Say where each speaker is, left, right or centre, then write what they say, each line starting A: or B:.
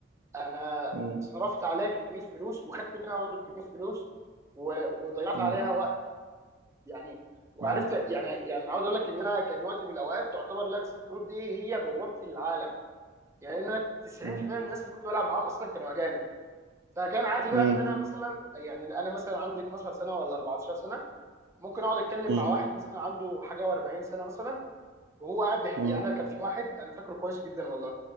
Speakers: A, on the right; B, on the right.
A: انا
B: م-
A: صرفت عليها كميه فلوس وخدت منها برضه كميه فلوس و... وضيعت
B: م-
A: عليها وقت يعني وعرفت
B: م-
A: يعني يعني انا عاوز اقول لك ان انا كان وقت من الاوقات تعتبر لعبه الكروت دي هي بوابتي للعالم يعني انا 90%
B: م-
A: من الناس اللي كنت بلعب معاهم اصلا كانوا اجانب فكان عادي بقى
B: م-
A: ان انا مثلا يعني انا مثلا عندي 12 سنه ولا 14 سنه ممكن اقعد اتكلم
B: م-
A: مع واحد مثلا عنده حاجه و40 سنه مثلا وهو قاعد بيحكي
B: م-
A: يعني انا كان في واحد انا فاكره كويس جدا والله